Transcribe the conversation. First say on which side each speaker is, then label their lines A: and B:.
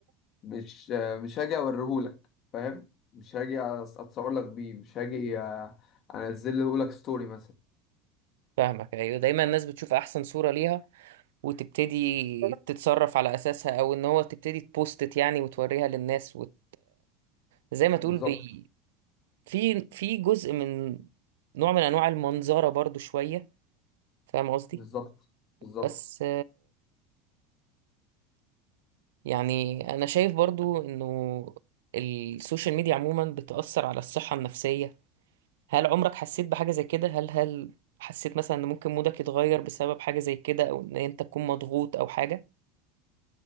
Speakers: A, on the left; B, on the right.
A: مش مش هاجي اوريهولك فاهم مش هاجي أص- اتصور لك بيه مش هاجي أ- انزله لك ستوري مثلا
B: فاهمك ايوه دايما الناس بتشوف احسن صورة ليها وتبتدي تتصرف على اساسها او ان هو تبتدي تبوستت يعني وتوريها للناس وت... زي ما تقول
A: بالظبط
B: بي... في في جزء من نوع من انواع المنظرة برضو شوية فاهم قصدي
A: بالظبط بالظبط
B: بس يعني انا شايف برضو انه السوشيال ميديا عموما بتأثر على الصحة النفسية هل عمرك حسيت بحاجة زي كده هل هل حسيت مثلا ان ممكن مودك يتغير بسبب حاجة زي كده او ان انت تكون مضغوط او حاجة